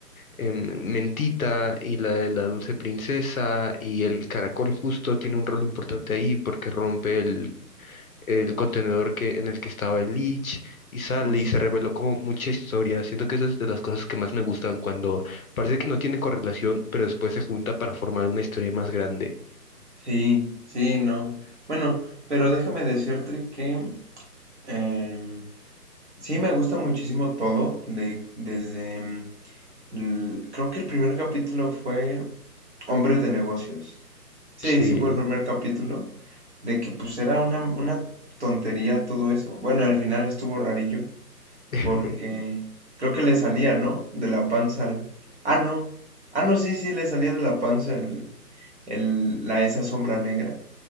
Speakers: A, on the left (about 60°); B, on the right (about 45°).
A: em, Mentita y la de la Dulce Princesa y el caracol justo tiene un rol importante ahí porque rompe el el contenedor que, en el que estaba el Lich y sale
B: justo.
A: y se reveló como mucha historia. Siento que eso es de las cosas que más me gustan cuando parece que no tiene correlación, pero después se junta para formar una historia más grande.
B: Sí, sí, no. Bueno, pero déjame decirte que em, sí me gusta muchísimo todo. De, desde. mm, l- creo que el primer capítulo fue Hombres de negocios. Sí,
A: Sí,
B: sí fue el primer capítulo. De que pues era una, una tontería todo eso. Bueno, al final estuvo rarillo.
A: <laughs>
B: Porque creo que le salía, ¿no? De la panza al... Ah, no. Ah, no, sí, sí, le salía de la panza el, el- la, esa sombra negra.